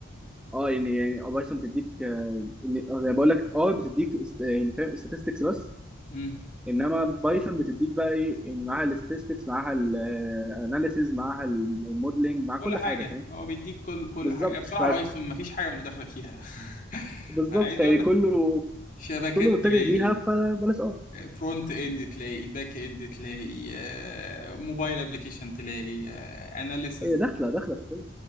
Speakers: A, in the centre; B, on the left.
A: اه يعني يعني بايثون بتديك آه، يعني آه، زي ما بقول لك ار بتديك است- يعني فاهم statistics بس
B: مم.
A: انما بايثون بتديك بقى ايه يعني معاها الاستاتستكس معاها الاناليسيز معاها الموديلنج مع
B: كل
A: كل
B: حاجه
A: حاجه فاهم
B: هو بيديك كل كل
A: بالظبط
B: حاجه يعني بصراحه
A: ف-
B: بايثون مفيش حاجه مش داخله فيها <laughs>
A: بالظبط
B: أنا عايز
A: يعني
B: اقول لك
A: كله
B: شبكات
A: كله متجه
B: تلاقي
A: ليها فبلاش اه
B: فرونت اند تلاقي باك اند تلاقي آه، موبايل ابلكيشن تلاقي اناليسز
A: هي داخله داخله في كله